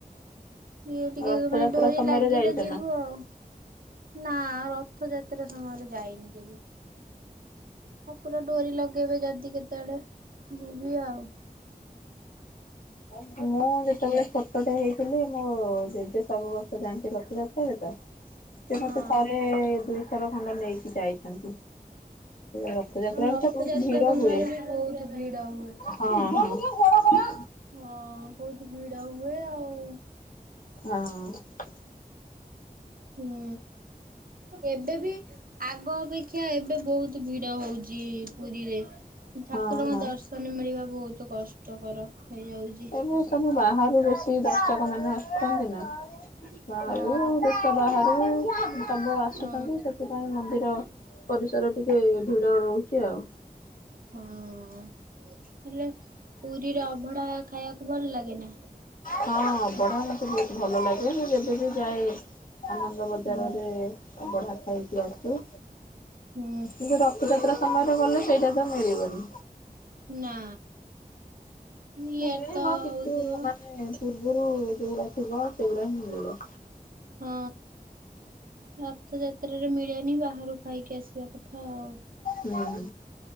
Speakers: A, on the right; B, on the left.
A: ଇଏ ଟିକେ
B: ରଥଯାତ୍ରା
A: ମାନେ ଡୋରି
B: ସମୟରେ
A: ଲାଗିଲେ
B: ଯାଇଛ
A: ଯିବୁ
B: ନା?
A: ଆଉ। ନା ରଥଯାତ୍ରା ସମୟରେ ଯାଇନି କେବେ। ଠାକୁର ଡୋରି ଲଗେଇବେ ଯଦି କେତେବେଳେ ଯିବି ଆଉ।
B: ହଁ ଯେତେବେଳେ ଛୋଟଟେ ହେଇ ଥିଲି ମୋ ଜେଜେ ସବୁ ବର୍ଷ ଯାଆନ୍ତି ରଥ ରଥରେ ତ ସେ ମତେ
A: ହଁ
B: ଥରେ ଦୁଇ ଉତ୍ତରାଖଣ୍ଡ ନେଇକି ଯାଇଛନ୍ତି। ରଥଯାତ୍ରାରେ
A: ରଥଯାତ୍ରା
B: ତ ବହୁତ ଭିଡ
A: ସମୟରେ
B: ହୁଏ
A: ବି ବହୁତ ଭିଡ ହୁଏ।
B: ହଁ ହଁ। ହଁ
A: ହଁ ବହୁତ ଭିଡ ହୁଏ ଆଉ
B: ହଁ ହଁ।
A: ହୁଁ। ଏବେ ବି ଆଗ ଅପେକ୍ଷା ଏବେ ବହୁତ ଭିଡ ହଉଛି ପୁରୀରେ।
B: ହଁ
A: ଠାକୁରଙ୍କ ଦର୍ଶନ ମିଳିବା ବହୁତ ବହୁତ କଷ୍ଟକର ହେଇଯାଉଛି।
B: ଏବେ ସବୁ ବାହାରୁ ବେଶି ଦର୍ଶକ ମାନେ ଆସୁଛନ୍ତି ନା। ହଁ। ବାହାରୁ
A: ହଁ
B: ଦେଶ ବାହାରୁ ସବୁ ଆସୁଛନ୍ତି
A: ହଁ
B: ସେଥିପାଇଁ ମନ୍ଦିର ର ପରିସର ଟିକେ ଭିଡ ରହୁଛି ଆଉ।
A: ହଁ ହେଲେ ପୁରୀରେ ଅଭଢା ଖାଇବାକୁ ଭଲ ଲାଗେ ନା।
B: ହଁ ଅବଢା ମତେ ବହୁତ ଭଲ ଲାଗେ। ମୁଁ ଯେବେ ବିି ଯାଏ ଆନନ୍ଦ ବଜାରରେ
A: ହୁଁ
B: ଅବଢା ଖାଇକି ଆସୁ।
A: ହୁଁ
B: କିନ୍ତୁ ରଥଯାତ୍ରା ସମୟରେ ତ କଲେ ସେଇଟା ତ ମିଳିବନି।
A: ନା। ଇଆଡେ
B: ମିଳିବ
A: ତ ହଉଥିବ
B: କିନ୍ତୁ ମାନେ ପୂର୍ବରୁ ଯୋଉଗୁଡା ଥିବ ସେଗୁଡା ହିଁ ମିଳିବ।
A: ହଁ ରଥଯାତ୍ରାରେ ମିଳେନି ବାହାରୁ ଖାଇକି ଆସିବା କଥା ଆଉ।
B: ହୁଁ।